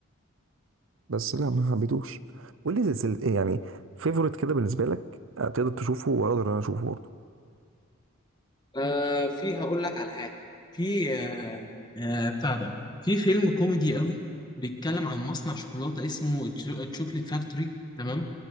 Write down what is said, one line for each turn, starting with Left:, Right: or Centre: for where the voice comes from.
Right: بس لا ما حبيتوش واللي زي سل... يعني فيفورت كده بالنسبه لك آه، تقدر تشوفه واقدر انا اشوفه برضه
Left: آه في هقول لك على حاجة في آه آه بتاع ده في فيلم كوميدي قوي بيتكلم عن مصنع شوكولاتة اسمه تشوكليت فاكتوري تمام